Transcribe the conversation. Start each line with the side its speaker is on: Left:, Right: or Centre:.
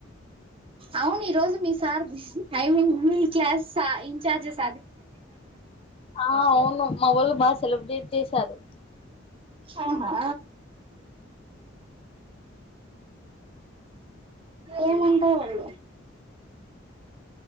Right: అవును ఈ రోజు మీ సార్ ఐన్ మీ క్లాస్ ఇన్చార్జెస్
Left: ఆ అవును మా వోళ్ళు బాగా సెలబ్రేట్ చేశారు
Right: ఆహా ఏమంటా వాళ్ళు